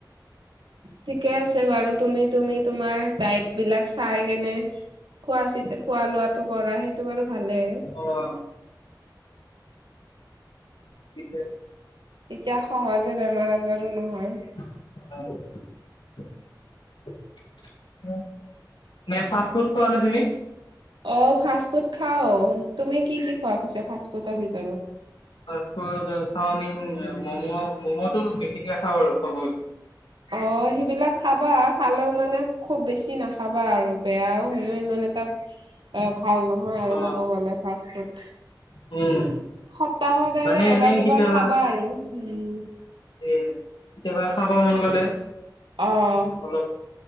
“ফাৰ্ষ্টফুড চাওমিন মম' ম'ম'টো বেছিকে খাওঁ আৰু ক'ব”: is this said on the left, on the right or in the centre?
Left